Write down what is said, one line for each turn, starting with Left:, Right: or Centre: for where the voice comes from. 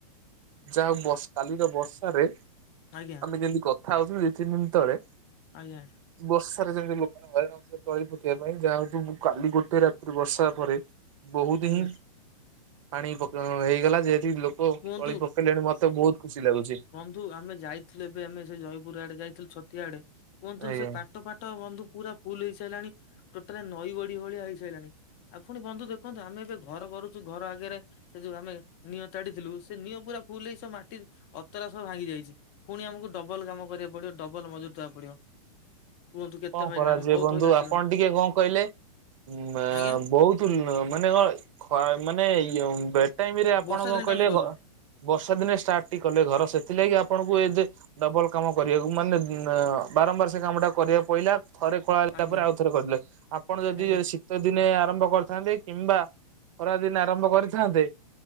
Right: ଯାହା ହଉ କାଲିର ବର୍ଷାରେ।
Left: ଆଜ୍ଞା।
Right: ଆମେ ଯେମିତି କଥା ହୋଉଥୁଲୁ ଦି ତିନି ଦିନି ତଳେ।
Left: ଆଜ୍ଞା।
Right: ବର୍ଷାରେ ଯେମିତି ଲୋକ। ଘରେ ନଥିଲେ ତଳି ପକେଇବା ପାଇଁ ଯାହା ହଉ କାଲି ଗୋଟେ ରାତିି ବର୍ଷା ପରେ ବହୁତ
Left: ଆଜ୍ଞା।
Right: ହିଁ ପାଣି ପ ହେଇଗଲା ଯେହେତୁ ଲୋକ
Left: କୁହନ୍ତୁ
Right: ତଳି ପକେଇଲେଣି ମତେ ବହୁତ୍ ଖୁସି ଲାଗୁଛି।
Left: ଏ ଆମେ ଯାଇଥିଲୁ ଏବେ ଆମେ ସେ ଜୟପୁର ଆଡେ ଯାଇଥିଲୁ ଛତିଆ ଆଡେ କୁହତୁନି
Right: ଆଜ୍ଞା
Left: ସେ ପା ପାଟ ଫାଟ ବନ୍ଧୁ ପୁରା ଫୁଲୁ ହେଇସାରିଲାଣି ଟୋଟାଲ ନଈ ବଢି ଭଳିଆ ହେଇସାରିଲାଣି। ଆଉ ପୁଣି ବନ୍ଧୁ ଦେଖନ୍ତୁ ଆମେ ଏବେ ଘର କରୁଛୁ ଘର ଆଗରେ ସେ ଯୋଉ ଆମେ ନିଅଁ ତାଡିଥିଲୁ ସେ ନିଅଁ ପୁରା ଫୁଲୁ ହେଇ ସବୁ ମାଟି ଅତରା ସବୁ ଭାଙ୍ଗି ଯାଇଛି। ପୁଣି ଆମକୁ ଡବଲ କାମ କରିବାକୁ ପଡିବ ଡବଲ ମଜୁରି ଦେବାକୁ ପଡିବ। କୁହନ୍ତୁ କେତେ
Right: କଣ
Left: ହଇରାଣ
Right: କରାଯିବଏ
Left: ଆମେ ବହୁତ
Right: ବନ୍ଧୁ
Left: ହଇରାଣ ହେଇସାରିଲୁଣି।
Right: ଆପଣ ଟିକେ କଣ କହିଲେ ଉ
Left: ଆଜ୍ଞା
Right: ବହୁତ। ମାନେ ମାନେ ବେ ଟାଇମିରେ ଆପଣ
Left: ବର୍ଷା
Right: କଣ
Left: ଦିନଟା
Right: କହିଲେ।
Left: ଆମେ କଲୁ
Right: ବର୍ଷା ଦିନେ ଷ୍ଟାର୍ଟ ଟି କଲେ ଘର ସେଥିଲାଗି ଆପଣଙ୍କୁ ଏ ଯେ ଡବଲ କାମ କରିବାକୁ ମାନେ ବାରମ୍ବାର ସେ କାମ ଟା କରିବା। କୋହୁନ ଥରେ କଲା
Left: ଆଜ୍ଞା
Right: ପରେ ଆଉ ଥରେ କରିଲ ଆପଣ ଯଦି
Left: ଆଜ୍ଞା
Right: ଶୀ ଶୀତ ଦିନେ ଆରମ୍ଭ କରିଥାନ୍ତେ କିମ୍ବା ଖରାଦିନେ ଆରମ୍ଭ କରିଥାନ୍ତେ।